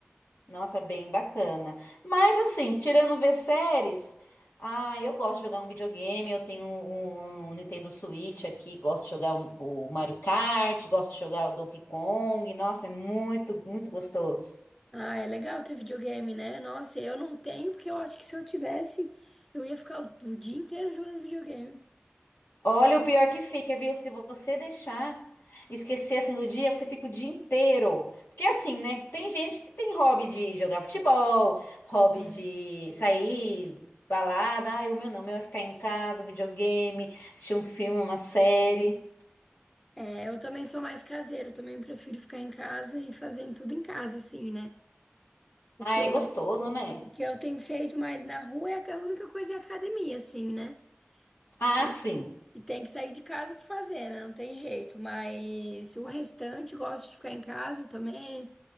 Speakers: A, on the left; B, in the centre.
A: Nossa, é bem bacana. Mas assim, tirando ver séries, ah, eu gosto de jogar um videogame, eu tenho um um Nintendo Switch aqui, gosto de jogar o o Mario Kart, gosto de jogar o Donkey Kong. Nossa, é muito, muito gostoso.
B: Ah, é legal ter videogame, né? Nossa, eu não tenho, porque eu acho que se eu tivesse, eu ia ficar o, o dia inteiro jogando videogame.
A: Olha, o pior que fica, viu? Se você deixar esquecer assim do dia, você fica o dia inteiro. Porque assim, né? Tem gente que tem hobby de jogar futebol, hobby
B: Sim.
A: de sair, balada. Ai, o meu não, o meu é ficar em casa, videogame, assistir um filme, uma série.
B: É, eu também sou mais caseiro, também prefiro ficar em casa e fazendo tudo em casa, assim, né? O
A: Ah,
B: que
A: é
B: eu,
A: gostoso, né?
B: o que eu tenho feito mais na rua é a única coisa é a academia, assim, né?
A: Ah,
B: Que
A: sim.
B: que tem que sair de casa pra fazer, né? Não tem jeito. Mas o restante, gosto de ficar em casa também,